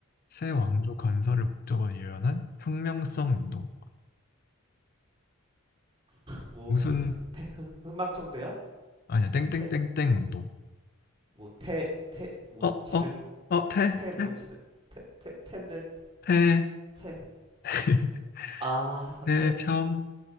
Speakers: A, on the left; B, on the right.
A: 새 왕조 건설을 목적으로 일어난 혁명성 운동.
B: 뭐
A: 무슨
B: 태, 흥- 흥망성대야?
A: 아니야 땡땡땡땡
B: 태,
A: 운동.
B: 뭐 태, 태, 뭐
A: 어
B: 지능,
A: 어 어 태태
B: 태, 뭐 지능, 태, 태, 텐데,
A: 태
B: 태,
A: <laughs>
B: 아,
A: 태평
B: 태,